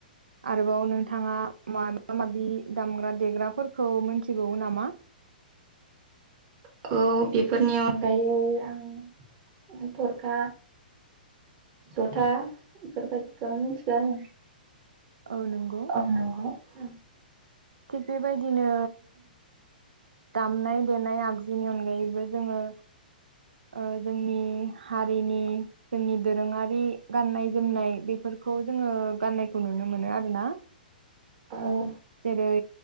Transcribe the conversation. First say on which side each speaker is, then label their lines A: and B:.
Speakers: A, on the right; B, on the right.
A: आरोबाव नोंथाङा माबा माबि दामग्रा देग्राफोरखौ मिथिगौ नामा?
B: <inaudible> औ बेफोरनि अनगायै आं थरखा जथा बेफोरबायदिखौनो मिथिगौ आरो
A: औ नंगौ
B: अह नंगौना।
A: थिग बेबायदिनो दामनाय देनाय आगजुनि अनगायै ओमफ्राय जोङो ओ जोंनि हारिनि जोंनि दोरोङारि गाननाय जोमनाय बेफोरखौ खौ जोङो गान्नायखौ नुनो मोनो आरोना।
B: औ।
A: जेरै